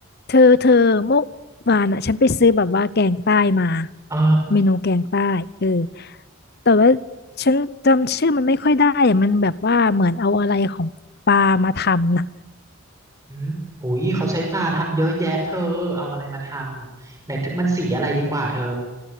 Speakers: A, on the left; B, on the right.
A: เธอเธอเมื่อวานอ่ะฉันไปซื้อแบบว่าแกงใต้มา
B: เออ
A: เมนูแกงใต้เออแต่ว่าฉันจำชื่อมันไม่ค่อยได้อะมันแบบว่าเหมือนเอาอะไรของปลามาทำน่ะ
B: อืมโอ้ยเขาใช้ปลาทำเยอะแยะเธอ เอาอะไรมาทำไหนมันสีอะไรดีกว่าเธอ